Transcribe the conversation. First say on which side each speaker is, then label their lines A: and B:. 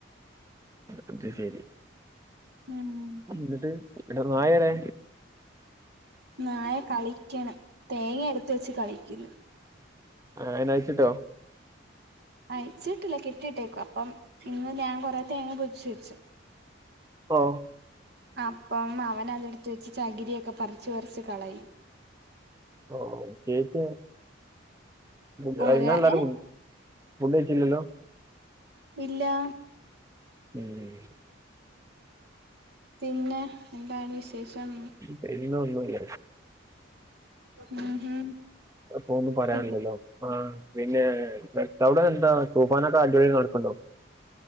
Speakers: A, on the right; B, on the right.
A: അത് ശരി
B: ഉം
A: എന്നിട്ട് എടൊ നായടെ?
B: നായ കളിക്കണ്, തേങ്ങ എടുത്ത് വെച്ച് കളിക്ക്ന്ന്.
A: ആഹ് അയ്നയ്ച്ച്ട്ടോ?
B: അയ്ച്ചിട്ടില്ല, കെട്ടിയിട്ടേക്കുവ. അപ്പം ഇന്ന് ഞാൻ കൊറേ തേങ്ങ പൊതിച്ചു വെച്ചു.
A: ഓഹ്
B: അപ്പം അവനതെടുത്ത് വെച്ച് ചകിരിയൊക്കെ പറിച്ച്പറിച്ച് കളയും.
A: ഓഹ്, ചേച്ചിയൊ ഫുഡ്
B: ഒര
A: അയ്നെല്ലാരും
B: ഏ
A: ഫുഡ്ഡയ്ചീല്ലല്ലോ?
B: ഇല്ലാ.
A: ഊം.
B: പിന്നെ, എന്താണ് വിശേഷം?
A: പിന്നെ ഒന്നൂല്ല.
B: ഉം ഹും
A: അപ്പോ ഒന്നും പറയാനില്ലല്ലോ
B: പിന്നെ
A: ആഹ് പിന്നേ <unintelligible> അവ്ടെ എന്താ തൂഫാനൊക്കെ അടിപൊളിയായ് നടക്ക്ണ്ടോ?